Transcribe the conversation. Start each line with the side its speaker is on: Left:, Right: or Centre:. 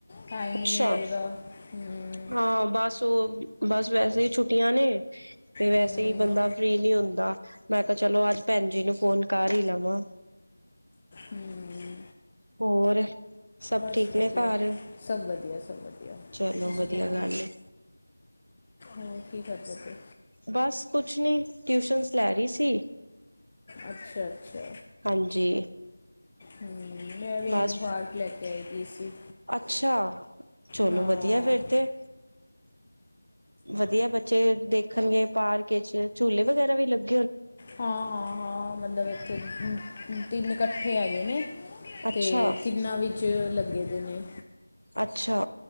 Left: ਟਾਈਮ
Right: ਅੱਛਾ,
Left: ਹੀ ਨਹੀਂ ਲੱਗਦਾ ਹਮ
Right: ਹਾਂ ਬੱਸ ਉਹ। ਬਸ ਵੈਸੇ ਹੀ ਛੁੱਟੀਆਂ ਨੇ ਤੇ ਵੈਸੇ
Left: ਹਮ
Right: ਹੀ ਬੰਦਾ ਫਰੀ ਨਹੀਂ ਹੁੰਦਾ। ਮੈਂ ਕਿਹਾ, ਚਲੋ ਅੱਜ ਭੈਣ ਜੀ ਨੂੰ ਫੋਨ ਕਰ ਹੀ ਲਵਾਂ।
Left: ਹਮ
Right: ਹੋਰ, ਸਭ
Left: ਬਸ
Right: ਠੀਕ
Left: ਵਧੀਆ
Right: ਨੇ ਘਰ?
Left: ਸਭ ਵਧੀਆ ਸਭ ਵਧੀਆ,
Right: ਚਲੋ
Left: ਤੁਸੀਂ ਸੁਣਾਓ?
Right: ਵਧੀਆ ਗੱਲ ਏ
Left: ਹੋਰ ਕੀ ਕਰਦੇ ਪਏ?
Right: ਬਸ ਕੁਛ ਨਹੀਂ, ਟਿਊਸ਼ਨਸ ਲੈ ਰਹੀ ਸੀ।
Left: ਅੱਛਾ-ਅੱਛਾ
Right: ਹਾਂਜੀ
Left: ਹੂੰ। ਮੈਂ ਵੀ
Right: ਬਸ
Left: ਇਹਨੂੰ ਪਾਰਕ ਲੇ ਕੇੇ ਆਈ ਦੀ ਸੀ।
Right: ਅੱਛਾ, ਚਲੋ
Left: ਹਾਂ
Right: ਵਧੀਆ ਏ ਫੇਰ ਤੇ। ਵਧੀਆ ਏ ਬੱਚੇ ਦੇਖਣਗੇ ਪਾਰਕ ਈਚ, ਝੂਲੇ ਵਗੈਰਾ ਵੀ ਲੱਗ
Left: ਹਾਂ-ਹਾਂ-ਹਾਂ, ਮਤਲਬ ਇੱਥੇ ਤਿੰਨ ਇਕੱਠੇ ਹੈਗੇ ਨੇ।
Right: ਅੱਛਾ
Left: ਤੇ ਤਿੰਨਾਂ ਵਿੱਚ ਲੱਗੇ ਦੇ ਨੇ।
Right: ਅੱਛਾ।